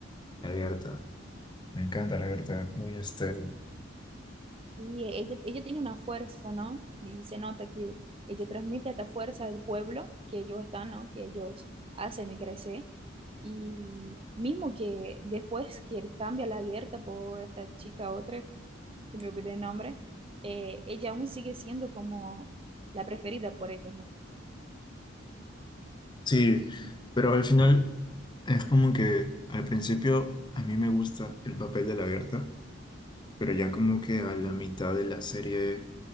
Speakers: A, on the left; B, on the right.
A: la Gerta. Me encanta la Gerta, es muy este.
B: Sí, ella, ella tiene una fuerza, ¿no? Y se nota que ella transmite esta fuerza del pueblo que ellos están, ¿no? Que ellos hacen y crecer. Y mismo que después que cambia la Gerta por esta chica otra, que me olvidé el nombre, eh, ella aún sigue siendo como la preferida por ellos, ¿no?
A: Sí, pero al final es como que al principio a mí me gusta el papel de la Gerta, pero ya como que a la mitad de la serie,